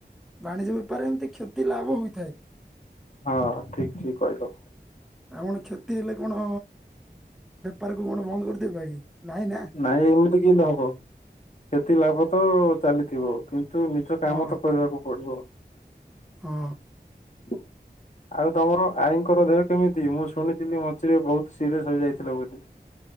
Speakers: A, in the centre; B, on the left.
A: ବାଣିଜ୍ୟ ବେପାର ଏମିତି କ୍ଷତି ଲାଭ ହୋଇଥାଏ।
B: ହଁ ଠିକ ଠିକ କହିଲ।
A: ଆମର କ୍ଷତି ହେଲେ କଣ ତାକୁ କଣ ବନ୍ଦ କରିଦେବା କି ନାଇଁ ନା? <inaudible>
B: ନାଇଁ ଏମିତି କେମିତି ହବ। କ୍ଷତି ଲାଭ ତ ଚାଲିଥିବ ପୁ ତୁ ନିଜ କାମ
A: ହଁ
B: ତ କରିବାକୁ ପଡିବ।
A: ହଁ
B: <inaudible> ଆଉ ତମର ଆଈଙ୍କର ଦେହ କେମିତି ମୁଁ ଶୁଣିଥିଲି ମଝିରେ ବହୁତ ସିରିଅସ୍ ହୋଇଯାଇଥିଲେ ବୋଲି?